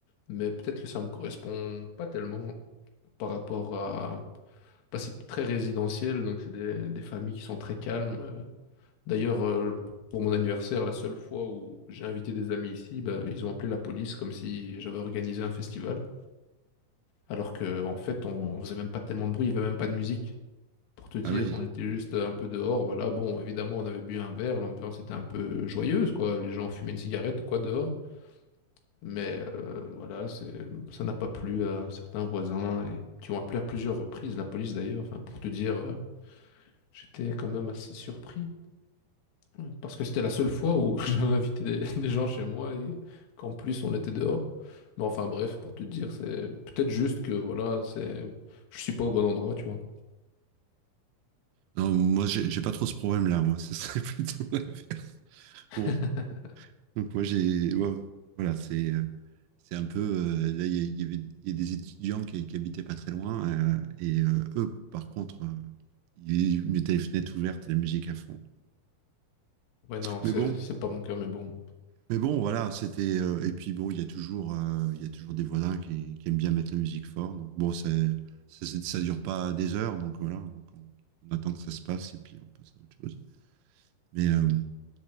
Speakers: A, on the left (about 80°); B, on the right (about 80°).
A: mais peut-être que ça me correspond pas tellement par rapport à... bah, c'est très résidentiel, donc c'est des, des familles qui sont très calmes. euh, D'ailleurs, euh, pour mon anniversaire, la seule fois où j'ai invité des amis ici, bah, ils ont appelé la police comme si j'avais organisé un festival, alors que en fait, on, on faisait même pas tellement de bruit, il y avait même pas de musique. Pour te dire,
B: Ah oui.
A: on était juste un peu dehors, voilà. Bon, évidemment, on avait bu un verre, l'ambiance était un peu joyeuse, quoi. Les gens fumaient une cigarette ou quoi dehors, mais euh, voilà, c'est, ça n'a pas plu à certains voisins et qui ont appelé à plusieurs reprises la police d'ailleurs. Enfin, pour te dire, euh, j'étais quand même assez surpris. Ouais, Parce que c'était la seule fois où <laughs> j'avais invité des, des gens chez moi et qu'en plus on était dehors. Mais enfin bref, pour te dire, c'est peut-être juste que voilà, c'est je suis pas au bon endroit, tu vois.
B: Non, moi, j'ai j'ai pas trop ce problème-là. Moi, ce serait <laughs> plutôt l'inverse.
A: <laughs>
B: Bon, donc moi, j'ai, ouais, voilà, c'est, euh, c'est un peu. euh, là, il y, a- il y avait, il y a des étudiants qui, qui habitaient pas très loin, euh, et euh, eux, par contre, euh, ils mettaient les fenêtres ouvertes et la musique à fond.
A: Ouais, non, c'est
B: Mais bon,
A: c'est pas mon cas, mais bon.
B: mais bon, voilà, c'était. euh, et puis bon, il y a toujours, euh, il y a toujours des voisins qui, qui aiment bien mettre la musique fort. Donc bon, ça, ça, ça dure pas des heures, donc voilà, donc on, on attend que ça se passe et puis on passe à autre chose. Mais euh,